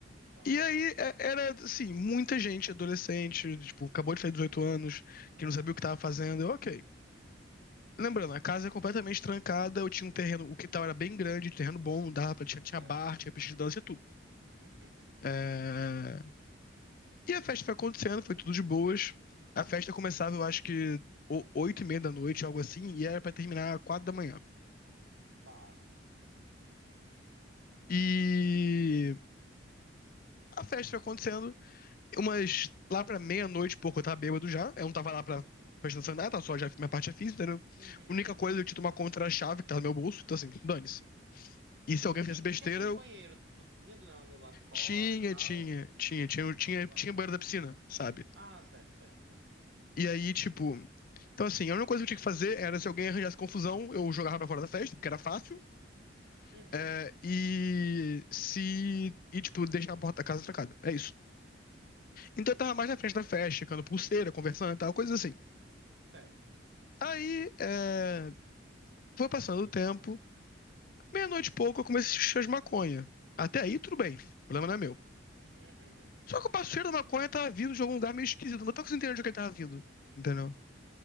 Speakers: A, on the right; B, on the left.
A: Tá.
B: E aí é- era, assim, muita gente adolescente, tipo, acabou de fazer 18 anos,
A: Uhum,
B: que não sabia o que tava fazendo. Eu, ok. Lembrando, a casa é completamente trancada, eu tinha um terreno, o quintal era bem grande, terreno bom, dava pra, tinha, tinha
A: certo.
B: bar, tinha pista de dança e tudo.
A: Uhum,
B: É, E a festa foi acontecendo, foi tudo de boas. A festa começava, eu acho que o- oito e meia da noite, algo assim, e era pra terminar quatro da manhã.
A: tá.
B: E a festa foi acontecendo, umas lá pra meia-noite, pouco, eu tava bêbado já. Eu não tava lá pra prestar atenção em nada, tava só já minha parte já fiz, entendeu?
A: Uhum.
B: A única coisa, eu tinha uma contra-chave que tava no meu bolso, então assim, dane-se. E se alguém fizesse
A: E
B: besteira,
A: questão de
B: eu
A: banheiro, tipo, tinha no, no lado de fora
B: tinha,
A: e tal?
B: tinha, tinha, tinha, eu tinha,
A: Ah, tá.
B: tinha banheiro da piscina, sabe?
A: Ah, certo, certo, certo.
B: E aí, tipo. Então, assim, a única coisa que eu tinha que fazer era se alguém arranjasse confusão, eu jogava pra fora da festa, porque era fácil,
A: Uhum,
B: é, e se. E, tipo, deixar a porta da casa trancada. É isso. Então eu tava mais na frente da festa, checando pulseira, conversando e tal, coisas assim.
A: certo.
B: Aí, é, foi passando o tempo, meia-noite e pouco eu comecei a cheirar de maconha. Até aí, tudo bem, o problema não é meu.
A: Uhum.
B: Só que o passeio da maconha tava vindo de algum lugar meio esquisito, não tava conseguindo entender de onde ele tava vindo, entendeu?